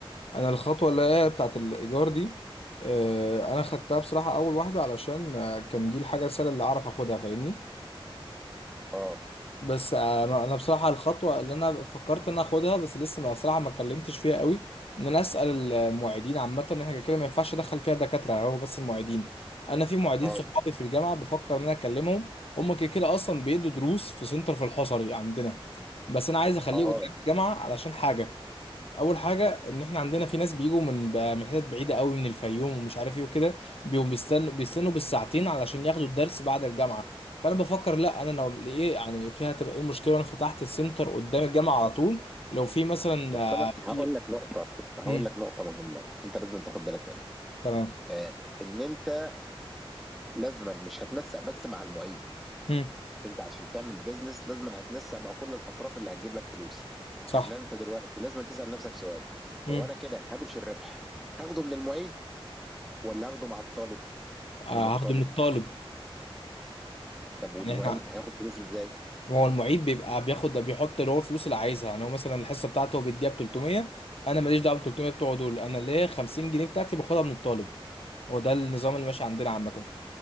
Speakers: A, on the left; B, in the centre.
A: انا الخطوه اللي هي بتاعت الايجار دي آه، انا خدتها بصراحه اول واحده علشان آه، كان دي الحاجه السهله اللي اعرف اخدها فاهمني
B: اه
A: بس آه، ما- انا بصراحه الخطوه اللي انا فكرت ان أنا اخدها بس لسه ما بصراحه ما اتكلمتش فيها قوي ان انا اسال المعيدين عامه ان احنا كده ما ينفعش ادخل فيها دكاتره يعني هو بس المعيدين انا في معيدين
B: اه
A: صحابي في الجامعه بفكر ان انا اكلمهم هم كده كده اصلا بيدوا دروس في سنتر في الحصري عندنا بس انا عايز اخليه
B: اه
A: قدام الجامعه علشان حاجه اول حاجه ان احنا عندنا في ناس بيجوا من ب- من حتت بعيده قوي من الفيوم ومش عارف ايه وكده بيقوموا بيستنوا بيستنوا بالساعتين علشان ياخدوا الدرس بعد الجامعه فانا بفكر لا انا لو ايه يعني فيها تبقى ايه المشكله وانا فتحت السنتر قدام الجامعه على طول لو في مثلا
B: بس
A: آه،
B: انا
A: في
B: هقول لك نقطة هقول
A: مم.
B: لك نقطة مهمة انت لازم تاخد بالك منها
A: تمام
B: آه، ان انت لازما مش هتنسق بس مع المعيد
A: مم.
B: انت عشان تعمل بيزنس لازم هتنسق مع كل الاطراف اللي هتجيب لك فلوس
A: صح
B: يعني انت دلوقتي لازم تسال نفسك سؤال
A: مم.
B: هو انا كده هامش الربح هاخده من المعيد ولا هاخده مع الطالب
A: آه،
B: من الطالب
A: هاخده من الطالب
B: طب والمعيد
A: يعني احنا
B: هياخد فلوسه ازاي
A: هو المعيد بيبقى بياخد بيحط اللي هو الفلوس اللي عايزها يعني هو مثلا الحصه بتاعته هو بيديها ب 300 انا ماليش دعوه ب 300 بتوعه دول انا ليه 50 جنيه بتاعتي باخدها من الطالب هو ده النظام اللي ماشي عندنا عامة